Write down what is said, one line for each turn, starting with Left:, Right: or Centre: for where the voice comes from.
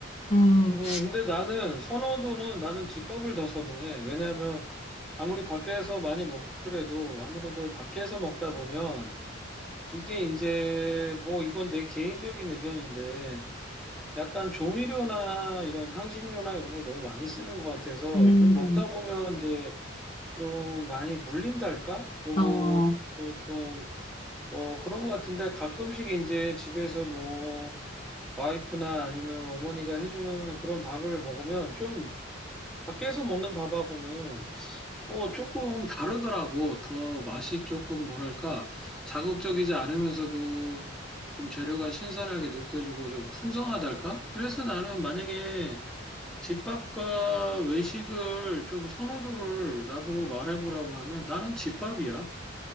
Left: 음,
Centre: 음, 근데 나는 선호도는 나는 집밥을 더 선호해. 왜냐하면 아무리 밖에서 많이 먹더라도 아무래도 밖에서 먹다 보면 이게 이제 뭐 이건 내 개인적인 의견인데 약간 조미료나 이런 향신료나 이런 걸 너무 많이 쓰는 것 같아서
Left: 음,
Centre: 좀 먹다 보면 이제 좀 많이 물린달까? 그리고
Left: 어.
Centre: 조금 어 그런 것 같은데 가끔씩 이제 집에서 뭐 와이프나 아니면 어머니가 해주는 그런 밥을 먹으면 좀 밖에서 먹는 밥하고는 어 조금 다르더라고. 더 맛이 조금 뭐랄까 자극적이지 않으면서도 좀 재료가 신선하게 느껴지고 좀 풍성하달까? 그래서 나는 만약에 집밥과 외식을 좀 선호도를 나보고 말해보라고 하면 나는 집밥이야.